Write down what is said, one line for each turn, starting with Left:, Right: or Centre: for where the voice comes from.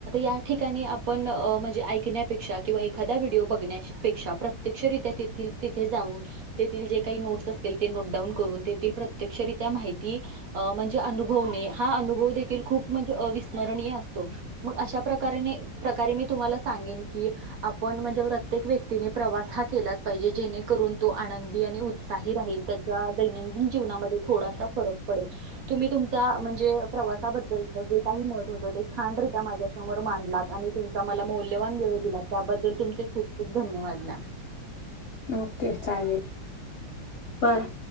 Right: आ ठिका ा आपण म्हणजे ऐकण्यापेक्षा किंवा एखादा व्हिडिओ बघण्यापेक्षा प्रत्यक्षरित्या तेथील तिथे जाऊन तेथील जे काही नोट्स असतील ते नोटडाऊन करून तेथ प्रत्यक्षरित्या माहिती म्हणजे अुभवणे हा अनुभव देखील खूप म्हणजे अस्मणीय असतो मग अशा प्रकार प्रकारे मी तुम्हाला सांगेन की? आपण म्हणजे प्रत्येक व्यक्तीने प्रवास हा केलाच पाहिजे. जेने करून तो आनंदी आणि उत्साही राहील. त्याच्या दैनंदिन जीवनात थोडासा फरक पडेल. तुम्ही तुम म्हणजे प्रवासाबद्दलच जे काही मत होतं. ते छान रित्या माझ्या तुमचा मला मौल्यवान वेळ दिलात त्याबद्दल तुम खूप खूप धन्यवाद.
Left: ओके.. चालेल बाय.